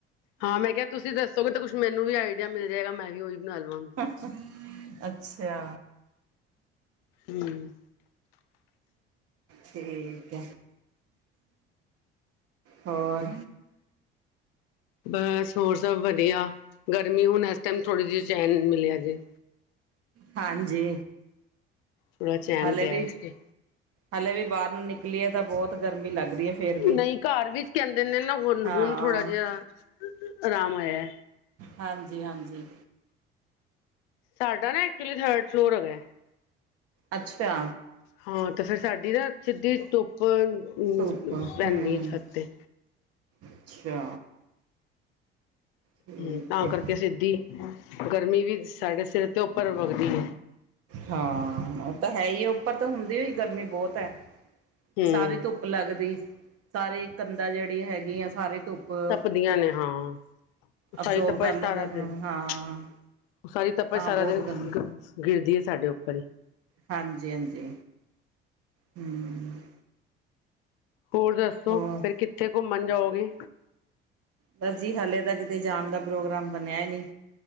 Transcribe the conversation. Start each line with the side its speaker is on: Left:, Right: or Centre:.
Left: ਹਾਂ ਮੈਂ ਕਿਹਾ ਤੁਸੀਂ ਦੱਸੋਗੇ ਤਾਂ ਕੁਛ ਮੈਨੂੰ ਵੀ ਆਈਡੀਆ ਮਿਲ ਜਾਏਗਾ ਮੈਂ ਵੀ ਉਹੀ ਬਣਾ ਲਵਾਂਗੀ।
Right: ਅੱਛਾ
Left: ਹਮ
Right: ਠੀਕ ਹੋਰ
Left: ਬਸ ਹੋਰ ਸਭ ਵਧੀਆ ਗਰਮੀ ਹੁਣ ਇਸ ਟਾਈਮ ਥੋੜ੍ਹੀ ਜਿਹੀ ਚੈਨ ਮਿਲਿਆ ਜੇ।
Right: ਹਾਂਜੀ।
Left: ਥੋੜਾ ਚੈਨ
Right: ਹਲੇ
Left: ਪਿਆ
Right: ਵੀ
Left: ਸੀ।
Right: ਹਲੇ ਵੀ ਬਾਹਰ ਨੂੰ ਨਿਕਲੀ ਏ ਤਾਂ ਬਹੁਤ ਗਰਮੀ ਲੱਗ ਰਹੀ ਐ ਫੇਰ ਵੀ।
Left: ਨਹੀਂ ਘਰ ਵਿੱਚ ਕਹਿੰਦੇ ਦੇ ਨੇ ਨਾ ਹੁਣ-ਹੁਣ
Right: ਹਾਂ
Left: ਥੋੜਾ ਜਿਹਾ ਆਰਾਮ ਆਇਆ।
Right: ਹਾਂਜੀ-ਹਾਂਜੀ।
Left: ਸਾਡਾ ਨਾ ਐਕਚੁਲੀ ਥਰਡ ਫਲੋਰ ਹੈਗਾ।
Right: ਅੱਛਾ।
Left: ਹਾਂ ਤੇ ਫਿਰ ਸਾਡੀ ਨਾ ਸਿੱਧੀ ਧੁੱਪ ਅ
Right: ਧੁੱਪ
Left: ਪੈਂਦੀ
Right: ਹਮ
Left: ਐ ਛੱਤ ਤੇ
Right: ਅੱਛਾ। ਠੀਕ
Left: ਹੂੰ, ਤਾਂ
Right: ਹੈ
Left: ਕਰਕੇ ਸਿੱਧੀ ਗਰਮੀ ਵੀ ਸਾਡੇ ਸਿਰ ਤੇ ਉੱਪਰ ਵਗਦੀ ਏ
Right: ਹਾਂ ਉਹ ਤਾਂ ਹੈਈ ਉੱਪਰ ਤਾਂ ਹੁੰਦੀ ਵੀ ਗਰਮੀ ਬਹੁਤ ਹੈ ਤੇ
Left: ਹਮ
Right: ਸਾਰੀ ਧੁਪ ਧੁੱਪ ਲੱਗਦੀ, ਸਾਰੀ ਕੰਧਾਂ ਜਿਹੜੀ ਹੈਗੀ ਆ ਸਾਰੀ ਧੁੱਪ ਉਹ
Left: ਤਪਦੀਆਂ ਨੇਂ, ਹਾਂ।
Right: ਅਬਜ਼ੋਰਵ
Left: ਸਾਰੀ ਤਪਸ਼
Right: ਕਰ ਲੈਂਦਾ
Left: ਸਤਾਰਾਂ
Right: ਆਪਣਾ
Left: ਦਿਨ <unintelligible>
Right: ਹਾਂ
Left: ਸਾਰੀ ਤਪਸ
Right: ਤਾਂ
Left: ਸਤਾਰਾ
Right: ਬਹੁਤ
Left: ਦਿਨ
Right: ਗਰਮੀ
Left: ਗਿਰਦੀ ਐ ਸਾਡੇ ਉੱਪਰ ਈ।
Right: ਹਾਂਜੀ, ਹਾਂਜੀ। ਹਂ
Left: ਹੋਰ ਦੱਸੋ
Right: ਹੋਰ
Left: ਫੇਰ ਕਿੱਥੇ ਘੁੰਮਣ ਜਾਓਗੇ?
Right: ਬਸ ਜੀ ਹਲੇ ਤਾਂ ਕਿਤੇ ਜਾਣ ਦਾ ਪ੍ਰੋਗਰਾਮ ਬਣਿਆ ਈ ਨਈਂ।